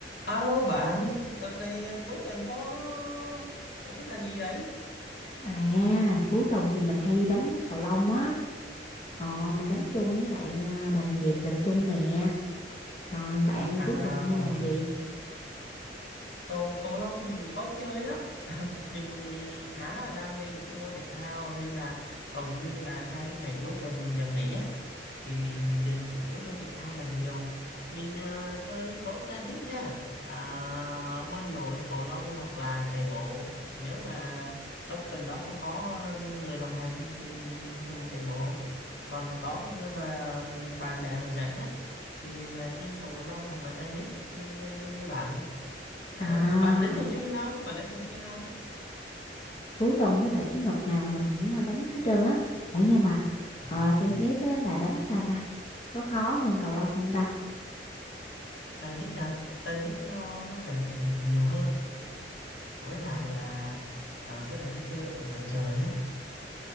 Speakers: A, on the left; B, on the left.
A: Alo bạn, đợt này à, cuối tuần có sở thích làm gì đấy?
B: À, cuối tuần thì mình hay đi đánh cầu lông á. Ờ, mình
A: Ừ.
B: đánh chung với lại à, đồng nghiệp làm chung nè. Còn bạn
A: À,
B: cuối tuần hay làm gì?
A: cầu cầu lông thì mình cũng có chơi đó. mình cũng khá là đam mê những cái môn thể thao nên là hầu như là hai cái ngày cuối tuần mình được nghỉ á thì mình dành chủ yếu cho thể thao là nhiều mình à, chơi tốt tennis nha à, bơi lội cầu lông hoặc là chạy bộ nếu mà trong tuần đó không có người đồng hành thì mình thường chạy bộ còn có mà bạn bè mà dẫn á thì mình là chơi cầu lông hoặc là tennis như như như, như bạn á. À,
B: À,
A: bạn đến thường xuyên không? Bạn đến thường xuyên không?
B: cuối tuần thứ bảy chủ nhật nào mình cũng à, đánh hết trơn á. Ủa nhưng mà
A: À,
B: ờ, tennis á, là đánh sao ta? Có khó hơn cầu lông không ta?
A: tennis hả? Tennis nó nó cần thể lực nhiều hơn với
B: Ờ.
A: lại là à, với lại nó chơi ở ngoài trời á